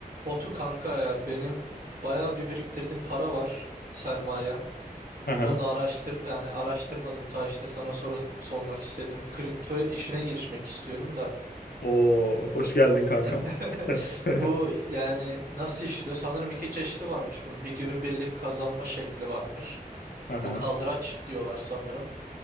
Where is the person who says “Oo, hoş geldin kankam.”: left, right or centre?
Left